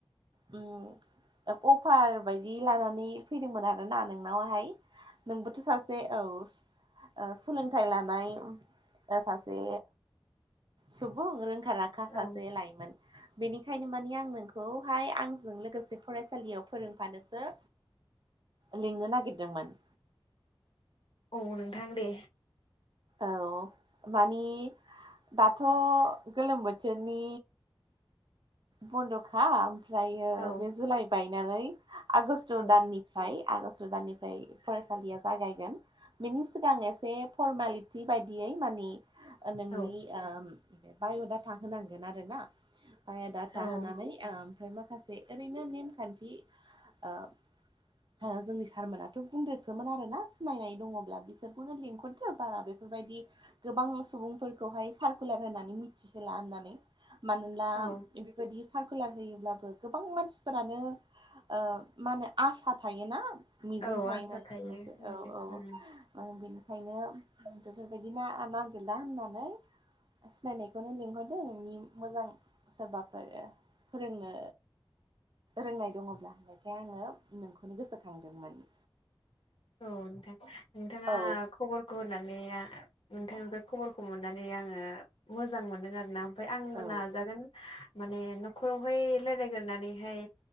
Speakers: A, on the right; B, on the left.
A: ओम। अफार बायदि लानानै फैदोंमोन आरोना नोंनावहाय नोंबो सासे औ ओ सोलोंथाइ लानाय ओ सासे सुबुं रोंखा राखा सासे
B: औ
A: लायमोन बेनिखायनो मानि आं नोंखौ। खौहाय आंजों लोगोसे फरायसालियाव फोरोंफानोसो लिंनो नागितदोंमोन।
B: औ नोंथां दे।
A: औ मानि दाथ' गोलोम बोथोरनि। बन्द'खा ओमफ्रायो
B: औ
A: बे जुलाइ बायनानै आगष्ट
B: औ
A: दाननि फाय आगष्ट दाननिफाय फरायसालिया जागायगोन। बिनि सिगां एसे फरमेलिटि बायदियै मानि। ओ नोंनि
B: औ
A: ओ बाय डाथा होनांगोन आरो ना। बाय'डाटा
B: औ
A: होनानै ओ ओमफ्राय माखासे ओरैनो नेमखान्थि आ। ओ जोंनि सारमोनाथ' बुंदोसोमोन आरो ना सिनायनाय दङब्ला बिसोरखौनो लिंहरदो बारा बे बेफोरबायदि गोबां सुबुंफोरखौहाय सारकुलार होनानै मिथिहोला होननानै मानोना
B: औ
A: बेफोरबायदि सारकुलार होयोब्लाबो गोबां मानसिफोरानो ओ मानो आसा थायोना मिजिं
B: औ
A: थायो
B: आसा
A: मोनसे मोनसे
B: बेजों
A: औ औ।
B: उम
A: ओ बेनिखायनो बेफोरबायदि ना नागिरला होननानै। सिनायनायखौनो लिंहरदो नोंनि मोजां सोरबाफोर फोरोंनो रोंनाय दङब्ला <unintelligible> आङो नोंखौनो गोसोखांदोंमोन।
B: औ नोंथां नोंथाङा
A: औ
B: खबर। गनानै आ नोंथांनिफ्राय खबरखौ मोननानै आङो मोजां मोनदों आरो ना। ओमफफ्राय आंबो
A: औ
B: नाजागोन माने न'खरावहाय रायलायग्रोनानैहाय